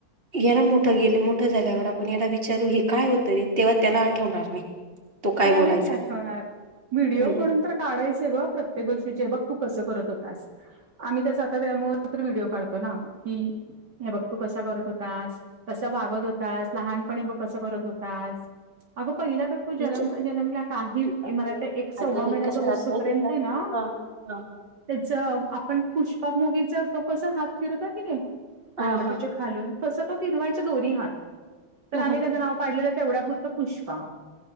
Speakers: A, on the right; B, on the right.
A: याला मोठ गेलं मोठं झाल्यावर आपण याला विचारू हे काय होतंय रे तेव्हा त्याला आठवणार नाही तो काय
B: त्याला
A: बोलायचा
B: नाहीच आठवणार.
A: ते
B: व्हिडिओ
A: हम्म
B: म्हणून तर काढायचय ग प्रत्येक गोष्टीचे बघ तू कसं करत होतास आम्ही त्याचा आता त्यामु तर व्हिडिओ काढतो ना कि हे बघ तू कसं करत होतास कसं वागत होतास लहानपणी बघ कसं करत होतास आग पहिला क तू
A: विच
B: जनम जनमला काही
A: अगं
B: मला वात एक सव्वा
A: अगं, हे
B: महिन्याचा
A: कसं राहत
B: होस्पर्यंत
A: माहिती का
B: आहे ना
A: हा हा
B: त्याच आपण पुष्पाप मुूवीचा तो कसा हात फिरवता की नाही
A: हा
B: अनवटीच्या
A: हा
B: खालून तसं तो फीरवायच्या दोन्ही हात तर
A: हो
B: आम्ही त्याचं नाव पाडलेलं तेवढ्यापुरतं पुष्पा